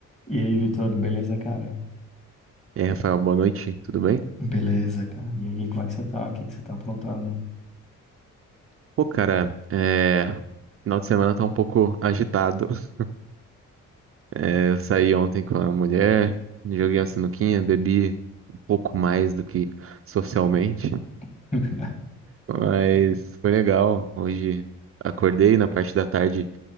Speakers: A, on the left (about 20°); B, on the right (about 45°).
A: E aí, Vitor, beleza, cara?
B: E aí, Rafael, boa noite, tudo bem?
A: Beleza, cara. E aí, como é que você tá? O que que você tá aprontando?
B: Pô, cara, é... final de semana tá um pouco agitado. <laughs> É, eu saí ontem com a mulher, joguei uma sinuquinha, bebi um pouco mais do que socialmente,
A: <laughs>
B: mas foi legal. Hoje acordei na parte da tarde,